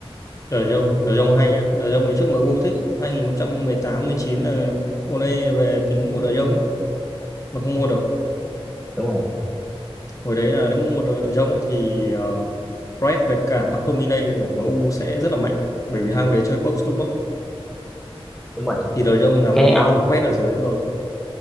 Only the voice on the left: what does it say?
De Jong, De Jong hay nha De Jong ngày trước MU thích ấy. 2018-19 là Ole về tính mua De Jong ấy mà không mua được
hồi đấy là nếu mà mua De Jong ấy thì uh, Fred với cả McTominay của MU sẽ rất là mạnh bởi vì hai ông đấy chơi box to box
thì De Jong làm
nhiệm vụ quét ở dưới rồi